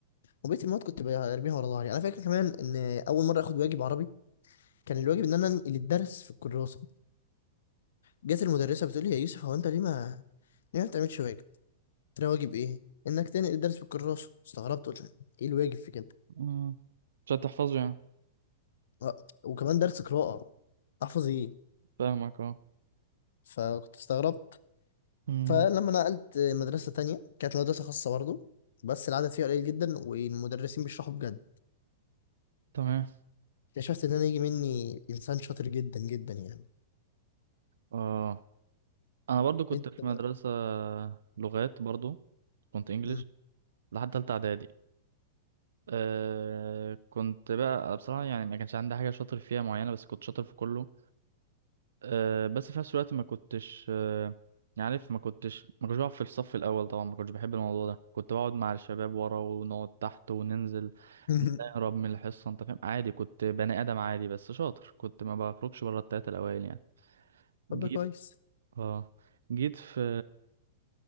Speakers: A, on the left (about 75°); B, on the right (about 85°).
A: وبقيت المواد كنت برميها ورا ظهري انا فاكر كمان ان اول مره اخد واجب عربي كان الواجب ان انا انقل الدرس في الكراسه جت المدرسه بتقول لي يا يوسف هو انت ليه ما ليه ما بتعملش واجب قلت لها واجب ايه انك تنقل الدرس في الكراسه استغربت قلت لها، ايه الواجب في كده
B: امم مش هتحفظه يعني
A: و- وكمان درس قراءه احفظ ايه
B: فاهمك اه
A: فكنت استغربت
B: امم
A: فلما نقلت مدرسة تانية كانت مدرسة خاصة برضه بس العدد فيها قليل جدا والمدرسين بيشرحوا بجد
B: تمام
A: اكتشفت إن أنا يجي مني إنسان شاطر جدا جدا يعني
B: اه انا برضو كنت
A: أنت
B: في
A: بقى
B: مدرسة لغات برضو كنت انجليش
A: مم.
B: لحد تالتة اعدادي أه كنت بقى بصراحة يعني ما كانش عندي حاجة شاطر فيها معينة بس كنت شاطر في كله أه بس في نفس الوقت ما كنتش أه يعني عارف ما كنتش ما كنتش بقعد في الصف الأول طبعا ما كنتش بحب الموضوع ده كنت بقعد مع الشباب ورا ونقعد تحت وننزل
A: <laughs>
B: نهرب من الحصة انت فاهم عادي كنت بني آدم عادي بس شاطر كنت ما بخرجش بره التلاتة الأوائل يعني
A: طب
B: جيت
A: ده كويس
B: اه جيت في